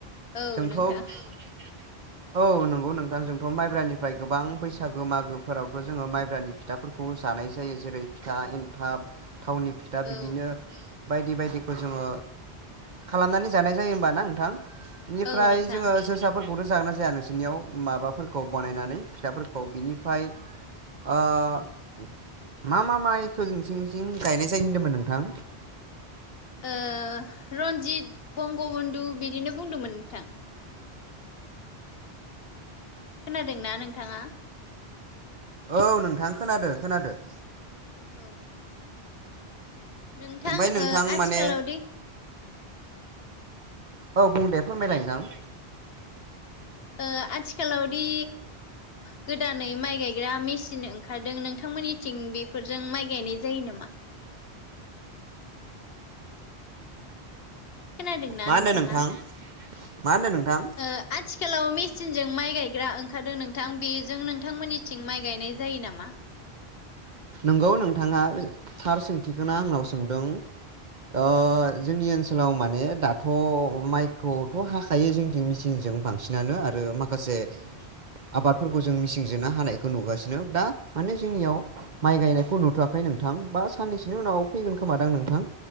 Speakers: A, on the left; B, on the right.
A: औ
B: जोंथ'
A: नोंथां
B: औ नंगौ नोंथां जों माइब्रानिफ्राय गोबां बैसागो मागोफोरावथ' जोङो माइब्रानि फिथाफोरखौ जानाय जायो। जेरै फिथा, एन्थाब, थावनि फिथा
A: औ
B: बिदिनो बायदि बायदिखौ जोङो खालामनानै जानाय जायो होमबाना नोंथां? बेनिफ्राय
A: औ नोंथां
B: जोङो जोसाफोरखौथ' जागोनना जाया नोंसोरनियाव माबाफोर खौ बानायनानै फिथाफोरखौ बिनिफ्राय ओ मा मा माइखौ नोंसिनिथिं गायनाय जायो होन्दोंमोन नोंथां
A: ओ रन्जित बंग' बुन्धु बिदिनो बुंदोंमोन नोंथां खोनादों ना नोंथाङा
B: औ नोंथां खोनादो खोनादो
A: औ नोंथां
B: ओमफ्राय नोंथां
A: ओ आथिखालाव
B: माने
A: दि
B: औ बुं दे फोरमायलाय नोंथां
A: ओ आथिखालाव दि गोदानै माइ गायग्रा मेसिन ओंखारदों नोंथांमोननि थिं बेफोरजों माइ गायनाय जायो नामा? खोनादोंना
B: मा होन्दों
A: नोंथाङा
B: नोंथां मा होन्दों नोंथां?
A: ओ आथिखालाव मेसिनजों माइ गायग्रा ओंखारदों नोंथां बेजों नोंथांमोननिथिं माइ गायनाय जायो नामा?
B: नंगौ नोंथाङा थार सोंथिखौनो आंनाव सोंदों ओ जोंनि ओनसोलाव माने दाथ' माइखौथ' हा खायो जोंनिथिं मेचिनजों बांसिनानो आरो माखासे आबादफोरखौ जों मिचिनजोंनो हानायखौ नुगासिनो दा माने जोंनियाव माइ गायनायखौ नुथ'वाखै नोंथां बा साननैसोनि उनाव फैगोन खोमादां नोंथां